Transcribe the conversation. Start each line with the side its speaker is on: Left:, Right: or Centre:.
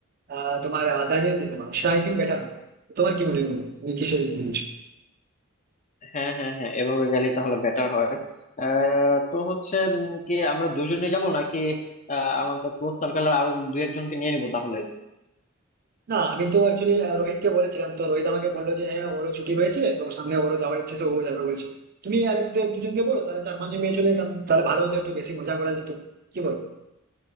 Right: আহ, তোমার আহ, দার্জিলিং যেতে পারবো সেটা আই থিঙ্ক বেটার হবে তোমার কি মনে হয় বলো? তুমি কিসে যেতে চাইছো
Left: হ্যাঁ হ্যাঁ হ্যাঁ এভাবে গেলে তাহলে বেটার হয় আহ, তো হচ্ছে উম, কি আমরা দুজনে যাব নাকি আহ, আমাদের ক্লোজ সার্কেলে আরো দু একজনকে নিয়ে নিবো তাহলে
Right: না আমি তো অ্যাকচুয়ালি রোহিতকে বলেছিলাম তো রোহিত আমাকে বললো যে হ্যাঁ ওরও ছুটি হয়েছে তো সামনে ওরও যাওয়ার ইচ্ছে তো ও যাবে বলছে তুমি আর এক দু- এক দুজনকে বলো তাহলে চার পাঁচজন মেয়ে চলে যেতাম তাহলে ভালো হতো একটু বেশি মজা করা যেত কি বল